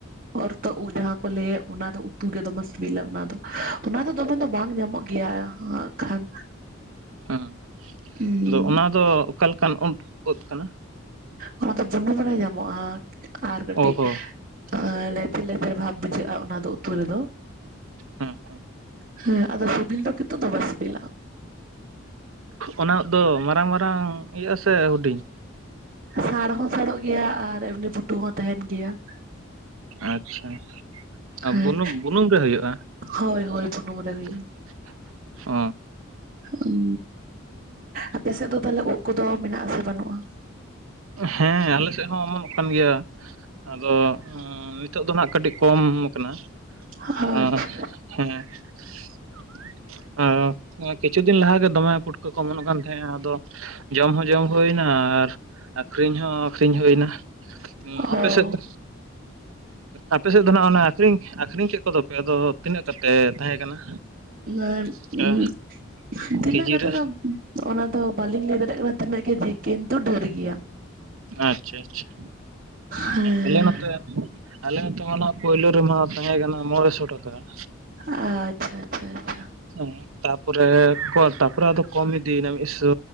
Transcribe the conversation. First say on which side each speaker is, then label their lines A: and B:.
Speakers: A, on the right; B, on the right.
A: ᱚᱨ ᱛᱚᱜ ᱩᱫᱽ ᱡᱟᱦᱟᱸ ᱠᱚ ᱞᱟᱹᱭᱮᱫ ᱚᱱᱟ ᱫᱚ ᱩᱛᱩ ᱜᱮ ᱫᱚᱢᱮ ᱥᱤᱵᱤᱞᱟ ᱚᱱᱟ ᱫᱚ, ᱚᱱᱟ ᱫᱚ ᱫᱚᱢᱮ ᱫᱚ ᱵᱟᱝ ᱧᱟᱢᱚᱜ ᱜᱮᱭᱟ ᱦᱟᱸᱜ ᱠᱷᱟᱱ
B: ᱦᱩᱸ᱾
A: ᱩᱸ᱾
B: ᱚᱱᱟ ᱫᱚ ᱚᱠᱟ ᱞᱮᱠᱟᱱ ᱩᱫᱽ ᱳᱫᱽ ᱠᱟᱱᱟ?
A: ᱚᱱᱟ ᱫᱚ ᱵᱩᱱᱩᱢ ᱨᱮ ᱧᱟᱢᱚᱜᱼᱟ ᱟᱨ ᱠᱟᱹᱴᱤᱡ
B: ᱚ ᱦᱚᱸ
A: ᱟᱨ ᱞᱮᱸᱡᱮᱨ ᱞᱮᱸᱡᱮᱨ ᱵᱷᱟᱵᱽ ᱵᱩᱡᱷᱟᱹᱜᱼᱟ ᱚᱱᱟ ᱛᱚ ᱩᱛᱩ ᱨᱮᱫᱚ
B: ᱦᱮᱸ
A: ᱦᱮᱸ ᱟᱫᱚ ᱥᱤᱵᱤᱞ ᱫᱚ ᱠᱤᱱᱛᱩ ᱫᱚᱢᱮ ᱥᱤᱵᱤᱞᱟ᱾
B: ᱚᱱᱟ ᱫᱚ ᱢᱟᱨᱟᱝ ᱢᱟᱨᱟᱝ ᱦᱩᱭᱩᱜ ᱟᱥᱮ ᱦᱩᱰᱤᱧ
A: ᱥᱟᱬ ᱦᱚᱸ ᱥᱟᱬᱚᱜ ᱜᱮᱭᱟ ᱟᱨ ᱮᱢᱱᱤ ᱵᱷᱩᱴᱩ ᱦᱚᱸ ᱛᱟᱦᱮᱱ ᱜᱮᱭᱟ ᱾
B: ᱟᱪᱪᱷᱟ ᱾
A: ᱦᱮᱸ
B: ᱵᱩᱱᱩᱢ ᱵᱩᱱᱩᱢ ᱨᱮ ᱦᱩᱭᱩᱜᱼᱟ
A: ᱦᱳᱭ ᱦᱳᱭ ᱵᱩᱱᱩᱢ
B: ᱾
A: ᱨᱮ ᱦᱩᱭᱩᱜᱼᱟ
B: ᱚ ᱾
A: ᱩᱸ ᱟᱯᱮ ᱥᱮᱫ ᱫᱚ ᱛᱟᱦᱚᱞᱮ ᱳᱫ ᱠᱚᱫᱚ ᱢᱮᱱᱟᱜ ᱟᱥᱮ ᱵᱟᱹᱱᱩᱜᱼᱟ?
B: ᱦᱮᱸ ᱟᱞᱮ ᱥᱮᱫ ᱦᱚᱸ ᱚᱢᱚᱱᱚᱜ ᱠᱟᱱ ᱜᱮᱭᱟ ᱾ ᱟᱫᱚ ᱱᱤᱛᱚᱜ ᱫᱚ ᱱᱟᱜ ᱠᱟᱹᱴᱤᱡ ᱠᱚᱢ ᱠᱟᱱᱟ᱿
A: ᱟᱪᱪᱷᱟ
B: <unintelligible> ᱠᱤᱪᱷᱩ ᱫᱤᱱ ᱞᱟᱦᱟᱮ ᱫᱚᱢᱮ ᱯᱩᱴᱠᱟᱹ ᱠᱚ ᱚᱢᱚᱱᱚᱜ ᱠᱟᱱ ᱛᱟᱦᱮᱸ ᱟᱫᱚ ᱡᱚᱢ ᱦᱚᱸ ᱡᱚᱢ ᱦᱩᱭᱮᱱᱟ ᱟᱨ ᱟᱠᱷᱨᱤᱧ ᱦᱚᱸ ᱟᱹᱠᱷᱨᱤᱧ ᱦᱩᱭᱱᱟ
A: ᱚ
B: ᱟᱯᱮ ᱥᱮᱫ ᱫᱚ ᱟᱯᱮ ᱥᱮᱫ ᱫᱚ ᱱᱟᱸᱜ ᱚᱱᱮ ᱟᱹᱠᱷᱨᱤᱧ ᱟᱠᱷᱨᱤᱧ ᱠᱮᱫ ᱠᱚᱫᱚᱯᱮ ᱟᱫᱚ ᱛᱤᱱᱟᱹᱜ ᱠᱟᱛᱮᱫ ᱛᱟᱦᱮᱸ ᱠᱟᱱᱟ?
A: <unintelligible>
B: ᱚᱱᱠᱟ
A: ᱛᱤᱱᱟᱹᱜ
B: ᱠᱮᱡᱤ
A: ᱠᱟᱛᱮᱫ
B: ᱨᱮ
A: ᱫᱚ ᱚᱱᱟ ᱵᱟᱹᱞᱤᱧ ᱞᱟᱹᱭ ᱫᱟᱲᱮᱭᱟ ᱠᱟᱱᱟ ᱛᱤᱱᱟᱹᱜ ᱠᱮᱡᱤ ᱠᱤᱱᱛᱩ ᱰᱷᱮᱨ ᱜᱮᱭᱟ ᱾
B: ᱟᱪᱪᱷᱟ ᱟᱪᱪᱷᱟ,
A: ᱦᱮᱸ
B: ᱟᱞᱮ ᱱᱚᱛᱮ ᱟᱞᱮ ᱱᱚᱛᱮ ᱢᱟ ᱯᱳᱭᱞᱳ ᱨᱮᱢᱟ ᱛᱟᱦᱮᱸ ᱠᱟᱱᱟ ᱢᱚᱬ ᱥᱚ ᱴᱟᱠᱟ ᱾
A: ᱟᱪᱪᱷᱟ ᱟᱪᱪᱷᱟ ᱟᱪᱪᱷᱟ ᱾
B: ᱦᱮᱸ ᱛᱟᱯᱚᱨᱮ ᱛᱟᱯᱚᱨᱮ ᱟᱫᱚ ᱠᱚᱢ ᱤᱫᱤᱭᱮᱱᱟ ᱢᱤᱫ ᱥᱚ